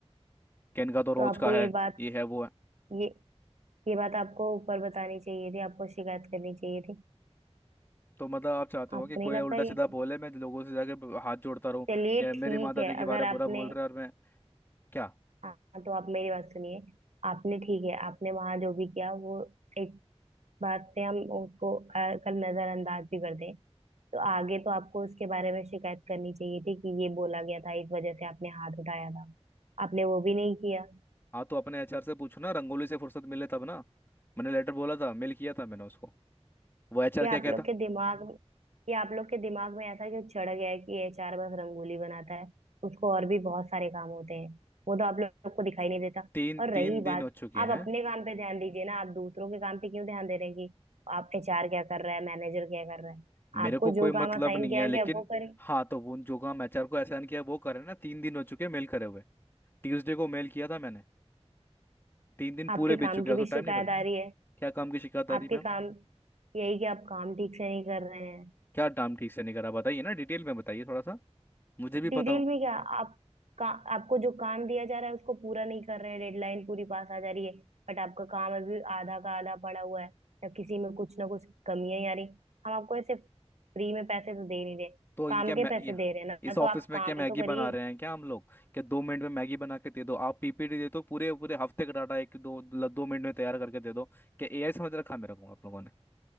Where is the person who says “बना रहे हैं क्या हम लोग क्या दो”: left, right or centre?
Left